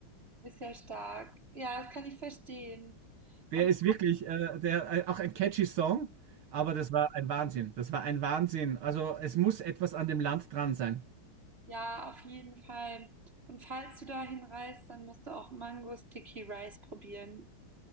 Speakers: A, on the right; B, on the right.
A: ist ja stark. Ja, das kann ich verstehen.
B: Der
A: Und
B: ist wirklich, äh, der, äh, auch ein catchy Song, aber das war ein Wahnsinn. Das war ein Wahnsinn. Also es muss etwas an dem Land dran sein.
A: ja, auf jeden Fall. Und falls du dahin reist, dann musst du auch Mango Sticky Rice probieren.